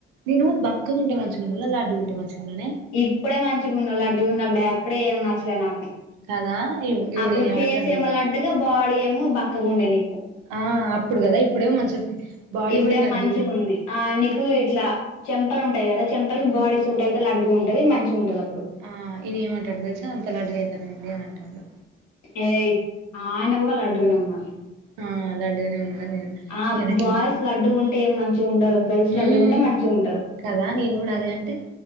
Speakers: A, on the right; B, on the left.
A: నేను బక్కకుంటే మంచిగున్నానా లాడ్డుగుంటే మంచిగున్నానే.
B: ఇప్పుడే మంచిగా ఉన్న లాడ్డుగున్నప్పుడే అప్పుడే ఏం నచ్చలే నాకు.
A: కదా ఇ ఇవిడు
B: అప్పుడు
A: ఏమంటాడు
B: ఫేస్ ఏమో
A: తెలుసా
B: లడ్డుగా బాడీ ఏమో బక్కగా ఉండే నీకు.
A: ఆ అప్పుడు కదా ఇప్పుడేమో మంచిగా బాడీ
B: ఇప్పుడేమ్
A: కూడా లడ్డుగుంది
B: మంచిగా ఉంది ఆ నీకు ఇట్లా చెంపలు ఉంటాయి కదా. చెంపలు బాడీ సూట్ అయితే లాడ్డుగా ఉంటుది మంచిగా ఉంటుంది అప్పుడు.
A: ఆ ఈయన ఏమంటాడు తెలిస అంత లడ్డుగా అయితాన్నావేంది అని అంటాడు.
B: యే ఆయన కూడా లడ్డుగానే ఉన్నడులే
A: అలా లడ్డుగానే ఉన్నాడా నేను
B: ఆ
A: ఈయనకి
B: బాయ్స్ లడ్డుకుంటే ఏం మంచిగా ఉండరు గర్ల్స్
A: మ్మ్
B: లడ్డుకుంటే మంచిగ ఉంటారు.
A: కదా నేను కూడా అదే అంటే